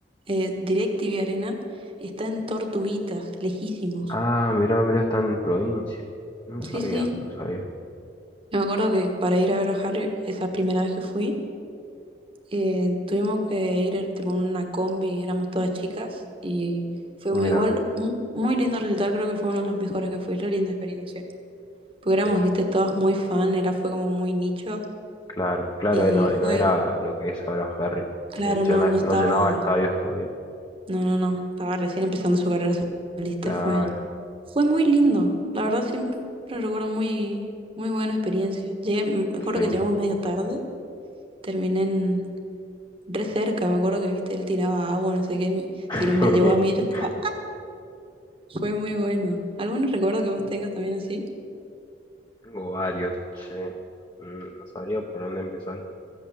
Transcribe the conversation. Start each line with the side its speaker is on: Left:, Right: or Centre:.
Right: eh, DirecTV Arena está en Tortuguitas, lejísimos.
Left: Ah, mira, mira, está en provincia. No sabía,
Right: Sí, sí.
Left: no sabía.
Right: Me acuerdo que para ir a ver a Harry, esa primera vez que fui, Eh, tuvimos que ir eh, tipo en una combi, éramos todas chicas y fuimos
Left: Mira,
Right: igual, un muy lindo recital, creo que fue uno de los mejores que fue, re linda experiencia. Porque éramos,
Left: mira,
Right: viste, todas muy fan, era fue como muy nicho
Left: claro, claro,
Right: y
Left: eh, no,
Right: fue,
Left: no era lo que es ahora Ferry,
Right: claro,
Left: que llena-
Right: no, no estaba,
Left: no llenaba estadios todavía.
Right: no, no, no, estaba recién empezando su carrera solista
Left: Claro,
Right: y fue, fue muy lindo. La verdad siempre recuerdo muy, muy buena experiencia. Llegué, me acuerdo
Left: qué lindo.
Right: que llegamos medio tarde, terminé en, re cerca, me acuerdo que, viste, él tiraba agua, no sé qué, me,
Left: <laughs>
Right: tiró- me llegó a mí, yo estaba Fue muy bueno. ¿Algún recuerdo que vos tengas también así?
Left: Tengo varios, che. Mm, No sabría por dónde empezar.